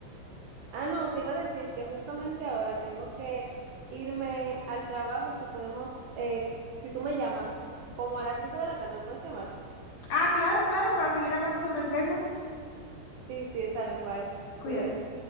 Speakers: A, on the right; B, on the left.
A: Ah, no, te iba a decir que justamente ahora tengo que irme al trabajo. Si podemos, eh, si tú me llamas, como a las 5 de la tarde, ¿me puedes llamar?
B: Ah, claro, claro, para seguir hablando sobre el tema.
A: Sí, sí, está bien, bye.
B: Cuidado.
A: Cuídate.